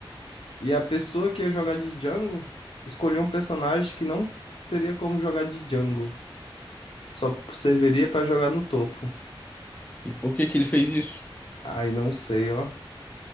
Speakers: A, on the left; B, on the left.
A: E a pessoa que ia jogar de Django escolheu um personagem que não teria como jogar de Django, só serviria pra jogar no topo.
B: E por que que ele fez isso?
A: Ai, não sei, ó.